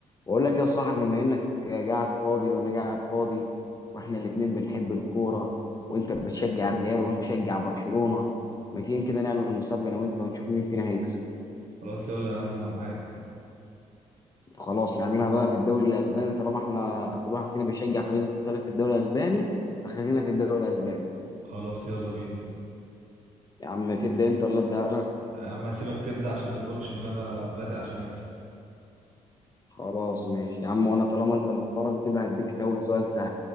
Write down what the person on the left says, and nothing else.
بقول لك يا صاحبي بما انك قاعد فاضي وانا قاعد فاضي واحنا الاتنين بنحب الكوره وانت بتشجع الريال وانا مشجع برشلونه ما تيجي كده نعمل مسابقه انا وانت ونشوف مين فينا هيكسب
خلاص نعملها بقى في الدوري الاسباني طالما احنا كل واحد فينا بيشجع فريق مختلف في الدوري الاسباني فخلينا في الدوري الاسباني
يا عم تبدا انت ولا ابدا انا
خلاص ماشي يا عم وانا طالما انت محترم كده هديك اول سؤال سهل